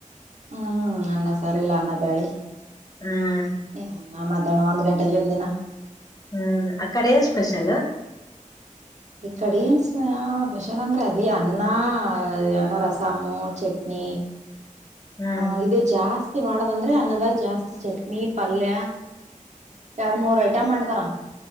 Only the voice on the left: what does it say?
ಹ್ಮ್
ಹ್ಮ್- ಅಕ್ಕಡೆ ಸ್ಪೆಷಲ್.
ಹ್ಮ್